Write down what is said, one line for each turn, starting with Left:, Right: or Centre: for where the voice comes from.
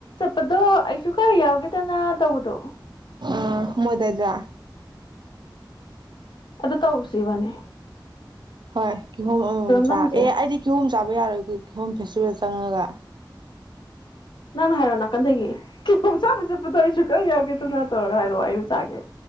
Left: ꯄꯗꯣ ꯑꯩꯁꯨ ꯈꯔ ꯌꯥꯎꯒꯦꯗꯅ ꯇꯧꯕꯗꯣ
Right: ꯑ ꯃꯣꯏꯗꯗ
Left: ꯑꯗꯨꯗ ꯇꯧꯔꯁꯤ ꯏꯕꯅꯦ
Right: ꯍꯣꯏ ꯀꯤꯍꯣꯝ ꯑꯃ ꯃꯝ ꯆꯥꯔꯒ
Left: ꯅꯝꯃꯨꯁꯦ
Right: ꯑꯦ ꯑꯩꯗꯤ ꯀꯤꯍꯣꯝ ꯆꯥꯕ ꯌꯥꯔꯣꯏ ꯑꯩꯈꯣꯏ ꯍꯣꯝ ꯐꯦꯁꯇꯤꯚꯦꯜ ꯆꯪꯉꯒ
Left: ꯀ ꯍꯥꯏꯔꯣ ꯅꯥꯀꯟꯗꯒꯤ ꯀꯤꯍꯣꯝ ꯆꯥꯕ ꯆꯠꯄꯗꯣ ꯑꯩꯁꯨ ꯈꯔ ꯌꯧꯒꯦꯗꯅ ꯇꯧꯔꯒ ꯍꯥꯏꯔꯣ ꯑꯩꯁꯨ ꯆꯥꯒꯦ